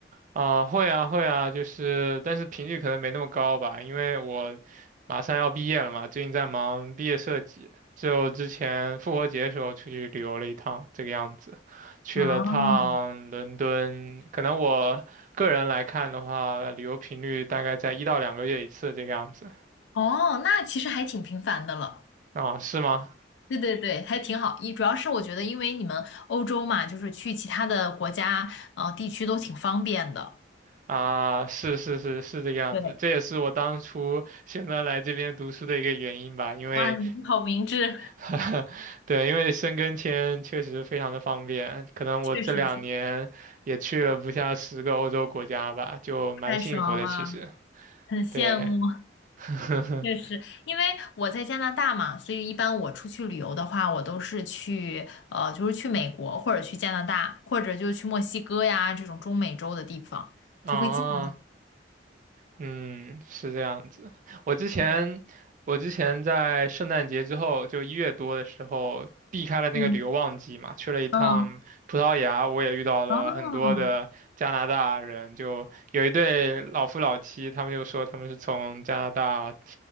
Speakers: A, on the right; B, on the left.
A: 啊，会啊，会啊，就是，但是频率可能没那么高吧，因为我马上要毕业了嘛，最近在忙毕业设计，就之前复活节的时候出去旅游了一趟，这个样子，去了趟伦敦，
B: 哦，
A: 可能我个人来看的话，旅游频率大概在一到两个月一次这个样子，
B: 哦，那其实还挺频繁的了。
A: 啊，是吗？
B: 对对对，还挺好。一主要是我觉得，因为你们欧洲嘛，就是去其他的国家呃地区都挺方便的。
A: 啊，是是是是这个样子，
B: 对，
A: 这也是我当初选择来这边读书的一个原因吧，因为。
B: 哇，你们好明智，
A: <laughs> 对，因为申根签确实非常的方便，可能我这两年也去了不下十个欧洲国家吧，
B: <laughs> 确实是
A: 就蛮幸福的其实。
B: 太爽了，很羡慕。
A: 对，<laughs>
B: 确实，因为我在加拿大嘛，所以一般我出去旅游的话，我都是去呃，就是去美国或者去加拿大，或者就去墨西哥呀这种中美洲的地方，
A: 啊，
B: 就会近一些。
A: 嗯，是这样子。我之前，
B: 对，
A: 我之前在圣诞节之后，就一月多的时候，避开了那个旅游旺季嘛，
B: 嗯
A: 去了一趟葡萄牙，
B: 嗯，
A: 我也遇到了很多的加拿大人，
B: 哦
A: 就有一对老夫老妻，他们就说他们是从加拿大，